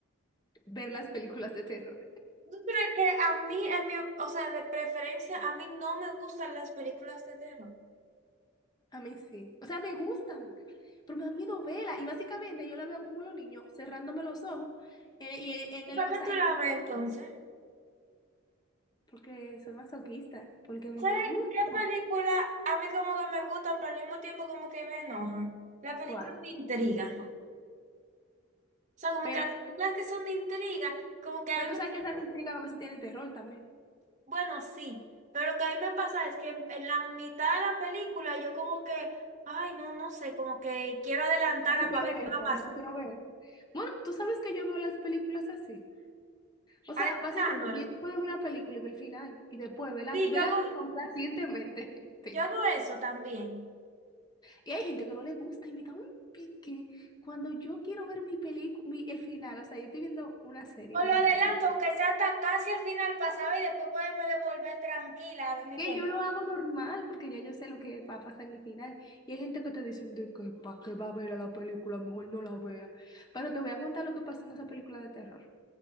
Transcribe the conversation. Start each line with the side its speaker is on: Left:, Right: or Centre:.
Left: ver las películas de terror.
Right: Pero que a mí, en mi, o sea, de preferencia, a mí no me gustan las películas de terror.
Left: A mí sí. O sea, me gustan, pero me da miedo verla. Y básicamente yo la veo como los niños cerrándome los ojos. eh, y en
Right: ¿Y
Left: el,
Right: para
Left: o
Right: qué
Left: sea,
Right: tú
Left: en
Right: la
Left: el momento.
Right: ves entonces?
Left: Porque soy masoquista, porque me
Right: ¿Sabes
Left: gusta.
Right: qué película a mí como que me gustan, pero al mismo tiempo como que me enojan? La película
Left: ¿Cuál?
Right: de intriga. O sea, como
Left: Pero,
Right: que las películas que son de intriga, como que a
Left: pero
Right: mí
Left: tú
Right: me...
Left: sabes que esas intrigas a veces tienen terror también.
Right: Bueno, sí, pero lo que a mí me pasa es que en, en la mitad de la película yo como que, ay, no, no sé, como que quiero adelantarla
Left: Ah, no quiero
Right: para ver
Left: ver eso,
Right: qué va
Left: yo
Right: a pasar.
Left: no quiero ver eso. Bueno, tú sabes que yo veo las películas así. O sea,
Right: Adelantándola.
Left: básicamente yo te puedo ver una película y ver el final y después vela,
Right: Sí,
Left: vela
Right: yo hago,
Left: complacientemente. <laughs> Mentira.
Right: yo hago eso también.
Left: Y hay gente que no le gusta y me da un pique cuando yo quiero ver mi película, el final. O sea, yo estoy viendo una serie,
Right: O
Left: un
Right: lo
Left: ejemplo.
Right: adelanto, aunque sea hasta casi al final pasaba y después poderme devolver tranquila a ver mi
Left: Que
Right: película.
Left: yo lo hago normal, porque ya yo sé lo que va a pasar en el final. Y hay gente que te dicen de que para qué va a ver a la película, mejor no la vea. Pero te voy a contar lo que pasó en esa película de terror.